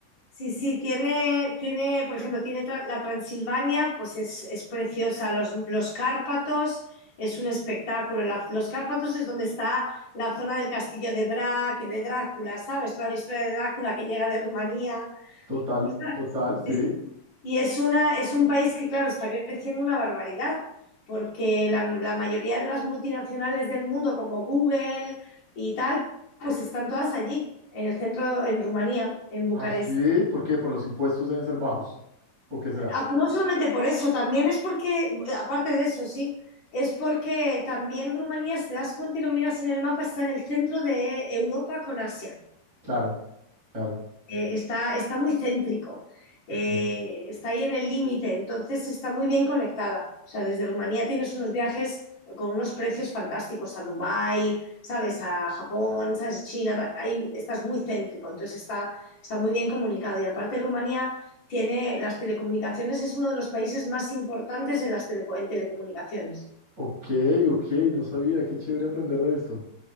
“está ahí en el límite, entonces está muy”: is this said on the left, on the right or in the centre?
Left